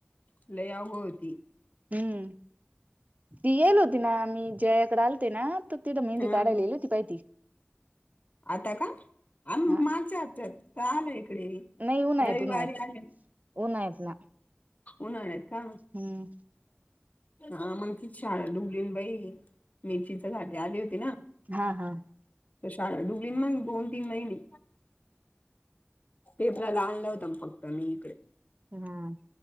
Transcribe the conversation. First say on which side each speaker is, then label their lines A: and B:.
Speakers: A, on the left; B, on the right.
A: लयाव होती.
B: हम्म ती येईल होती ना मी जयाकडे आलते ना. तिथ मेंदी
A: हा
B: काढालाेली
A: ह
B: होतीहिती.
A: आता का आ
B: हा
A: माझ्या आच्यात रा आलं इकडे.
B: नाही उन्हाळ्यात
A: रविवारी
B: उन्हाळ्यात
A: आहे.
B: उन्हाळ्यात ना.
A: हो न, न य का?
B: हम्म
A: हा मग ति शाळा <unintelligible> बाई! <unintelligible> आली होती ना?
B: हा हा.
A: शाळा <unintelligible> मग दोन, तीन महिने पेपराला आणला होता, फक्त मी इकडे
B: हम्म!